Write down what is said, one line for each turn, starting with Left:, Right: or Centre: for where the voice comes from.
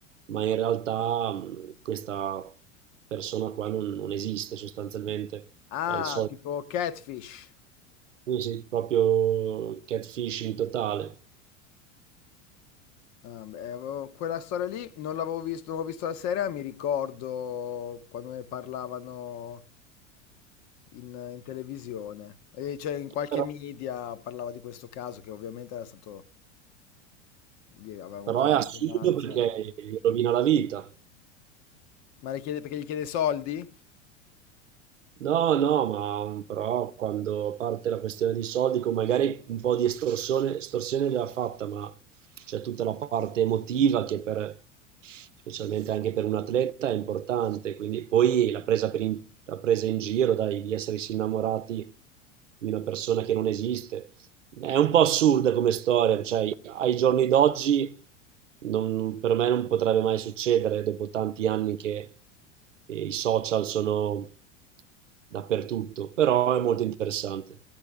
Right: ma in realtà mh, questa persona qua non, non esiste sostanzialmente,
Left: Ah,
Right: è il solito,
Left: tipo Catfish.
Right: sì, sì, proprio catfishing totale.
Left: Ah, beh, avevo- quella storia lì non l'avevo visto, non ho visto la serie, ma mi ricordo quando ne parlavano in, in televisione, Eh, cioè in qualche
Right: Però,
Left: media parlava di questo caso che ovviamente era stato, dire, aveva avuto
Right: però
Left: una
Right: è assurdo
Left: risonanza.
Right: perché gli rovina la vita.
Left: Ma le chiede, perché gli chiede soldi?
Right: No, no, ma um, però quando parte la questione dei soldi, con magari un po' di estorsione, estorsione già fatta, ma c'è tutta la parte emotiva che per, specialmente anche per un atleta è importante, quindi poi la presa, per in, la presa in giro, dai, di essersi innamorati di una persona che non esiste, è un po' assurda come storia, cioè ai giorni d'oggi non- per me non potrebbe mai succedere dopo tanti anni che eh, i social sono dappertutto, però è molto interessante.